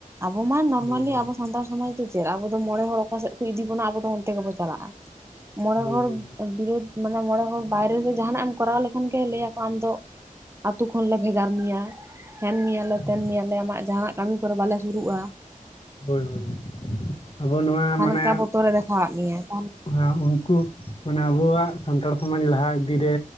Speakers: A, on the right; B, on the left.
A: ᱟᱵᱚ ᱢᱟ ᱱᱚᱨᱢᱟᱞᱤ
B: ᱦᱳ ᱦᱳ
A: ᱟᱵᱚ ᱥᱟᱱᱛᱟᱲ ᱥᱚᱢᱟᱡᱽ ᱫᱚ ᱪᱮᱫ ᱟᱵᱚ ᱢᱚᱬᱮ ᱦᱚᱲ ᱚᱠᱟᱥᱮᱫ ᱠᱚ ᱤᱫᱤ ᱵᱚᱱᱟ ᱟᱵᱚ ᱫᱚ ᱚᱱᱛᱮ ᱜᱮᱵᱚ ᱪᱟᱞᱟᱜᱼᱟ, ᱢᱚᱬᱮ
B: ᱦᱳᱭ
A: ᱦᱚᱲ
B: ᱦᱳᱭ ᱦᱳᱭ
A: ᱵᱤᱨᱩᱫ ᱢᱟᱱᱮ ᱢᱚᱬᱮ ᱦᱚᱲ ᱵᱟᱭᱨᱮ ᱨᱮ ᱡᱟᱦᱱᱟᱜ ᱮᱢ ᱠᱚᱨᱟᱣ ᱞᱮᱠᱷᱟᱱ ᱜᱮ ᱞᱟᱹᱭ ᱟᱠᱚ ᱟᱢ ᱫᱚ ᱟᱛᱩ ᱠᱷᱚᱱ ᱞᱮ ᱵᱷᱮᱜᱟᱨ ᱢᱮᱭᱟ, ᱦᱮᱱ ᱢᱮᱭᱟᱞᱮ ᱛᱮᱱ
B: ᱦᱳᱭ
A: ᱢᱮᱭᱟᱞᱮ ᱟᱢᱟᱜ ᱡᱟᱦᱟᱱᱟᱜ ᱠᱟᱹᱢᱤ ᱠᱚᱨᱮ ᱵᱟᱞᱮ ᱥᱩᱨᱩᱜᱼᱟ ᱾
B: ᱦᱳᱭ ᱦᱳᱭ ᱾ ᱟᱵᱚ ᱱᱚᱣᱟ
A: ᱦᱟᱱᱠᱟ
B: ᱢᱟᱱᱮ
A: ᱵᱚᱛᱚᱨᱮ ᱫᱮᱠᱷᱟᱣᱟᱫ ᱢᱮᱭᱟ ᱾
B: ᱦᱮᱸ ᱩᱱᱠᱩ ᱢᱟᱱᱮ ᱟᱵᱩᱣᱟᱜ ᱥᱟᱱᱛᱟᱲ ᱥᱚᱢᱟᱡᱽ ᱞᱟᱦᱟ ᱤᱫᱤ ᱨᱮ